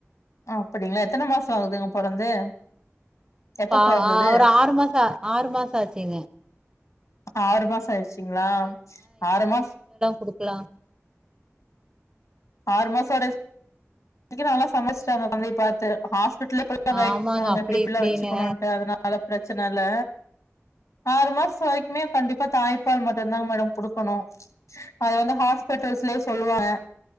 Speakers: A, on the left (about 85°); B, on the right (about 15°).
A: அப்படிங்களா எத்தன மாசோ ஆகுதுங்க பொறந்து எப்ப
B: பா
A: பொறந்தது
B: ஆ ஒரு ஆறு மாசோ ஆறு மாசோ ஆச்சீங்க
A: ஆறு மாசோ ஆயிடுச்சிங்களா ஆறு மாச
B: கொடுக்கலா
A: ஆறு மாசோ வரையு இன்னிக்கி நல்லா சமச்சுட்டாங்க தந்தை பாத்து <unintelligible> கைட்
B: ஆமாங்க
A: பண்ணுவாங்க
B: அப்டி
A: எப்டெப்டிலா
B: இப்டின்னு
A: வச்சுக்கணும்ன்ட்டு அதனால பிரச்சன இல்ல ஆறு மாசோ வரைக்குமே கண்டிப்பா தாய்ப்பால் மட்டும்தாங்க மேடம் கொடுக்கணு அத வந்து ஹாஸ்பிட்டல்லே சொல்லுவாங்க